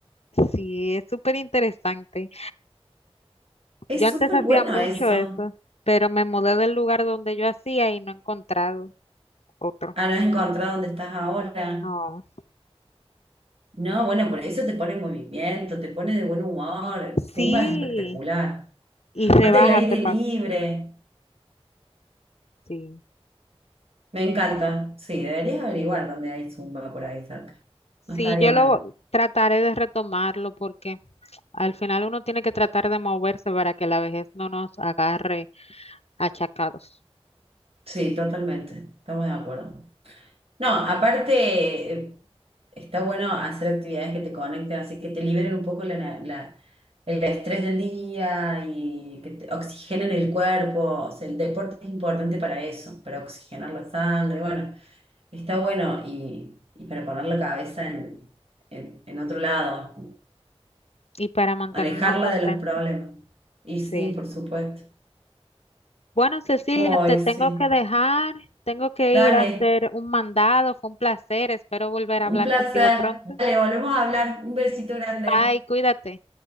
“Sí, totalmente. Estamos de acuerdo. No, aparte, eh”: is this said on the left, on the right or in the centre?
Right